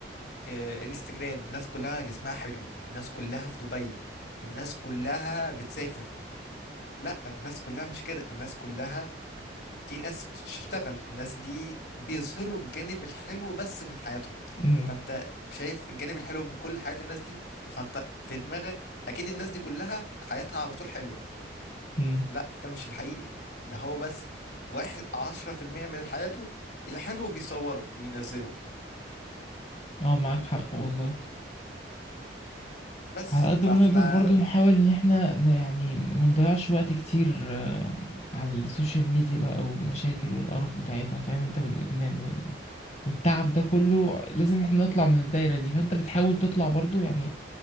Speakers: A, on the left; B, on the left.
A: آه، انستجرام الناس كلها جسمها حلو الناس كلها في دبي الناس كلها بتسافر لا الناس كلها مش كده الناس كلها في ناس بتشتغل الناس دي بيظهروا الجانب الحلو بس من حياتهم
B: مم.
A: فانت شايف الجانب الحلو من كل حياة الناس دي فانت في دماغك اكيد الناس دي كلها حياتها على طول حلوة
B: مم.
A: لا ده مش الحقيقي ده هو بس واحد عشرة في المية من حياته الحلو بيصوره وينزله
B: اه معاك حق والله
A: بس
B: على قد
A: فاحنا
B: ما نقدر برضو نحاول ان احنا ن- يعني ما نضيعش وقت كتير آه، على السوشيال ميديا بقى والمشاكل والقرف بتاعتها فاهم انت والادمان وال... والتعب ده كله لازم احنا نطلع من الدايرة دي فانت بتحاول تطلع برضو يعني